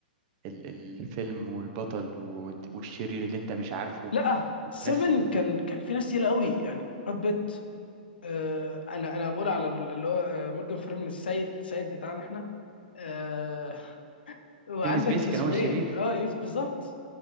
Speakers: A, on the right; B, on the left.
A: ال... الفيلم والبطل والد- والشرير اللي أنت مش عارفه
B: لا
A: وناس
B: 7 كان كان في ناس تقيله قوي يعني براد بيت آه، انا انا بقول على اللي هو آه، مورجان فريمان السيد السيد بتاعنا احنا آه، وعندك
A: كيفن سبيسي
B: اسمه
A: كان هو الشرير
B: ايه اه يس بالظبط